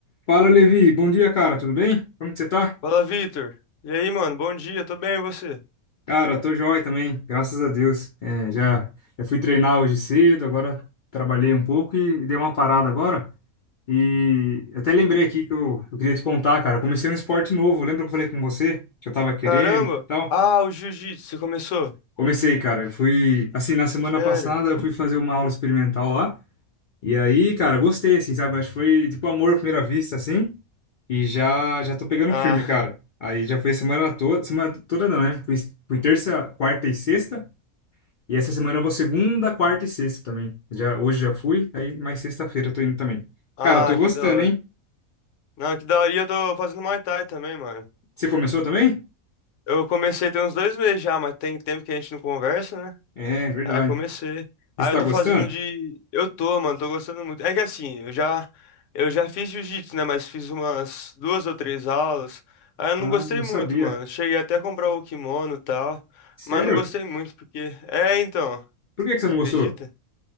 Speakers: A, on the left (about 80°); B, on the left (about 65°).
A: Fala, Levi. Bom dia, cara. Tudo bem? Como que você tá?
B: Fala, Vitor. E aí, mano? Bom dia, tô bem, e você?
A: Cara, tô jóia também, graças a Deus. É, já, já fui treinar hoje cedo, agora trabalhei um pouco e dei uma parada agora. E eu até lembrei aqui que eu, eu queria te contar, cara. Eu comecei um esporte novo. Lembra que eu falei com você que eu tava querendo
B: Caramba!
A: e tal?
B: Ah, o jiu-jitsu, você começou?
A: Comecei, cara. Eu fui, assim, na semana
B: Sério?
A: passada eu fui fazer uma aula experimental lá. E aí, cara, gostei, assim, sabe? Acho que foi tipo amor à primeira vista, assim. E já já tô pegando
B: Ah,
A: firme, cara. Aí já foi semana toda, semana toda não, né? Fui, fui terça, quarta e sexta. E essa semana eu vou segunda, quarta e sexta também. Já, hoje já fui, aí mais sexta-feira eu tô indo também.
B: <laughs> ah,
A: Cara, tô gostando,
B: que da hora.
A: hein?
B: Não, que da hora. E eu tô fazendo Muay Thai também, mano.
A: Você começou também?
B: Eu comecei tem uns dois meses já, mas tem tempo que a gente não conversa, né?
A: É, verdade.
B: Aí eu comecei.
A: Você
B: Aí
A: tá
B: eu tô
A: gostando?
B: fazendo de. Eu tô, mano, tô gostando muito. É que assim, eu já. Eu já fiz jiu-jitsu, né? Mas fiz umas duas ou três aulas. Aí eu não
A: Ah,
B: gostei
A: não
B: muito,
A: sabia.
B: mano. Cheguei até a comprar o kimono e tal.
A: Sério?
B: Mas não gostei muito, porque. É, então.
A: Por que que você
B: Você
A: não
B: acredita?
A: gostou?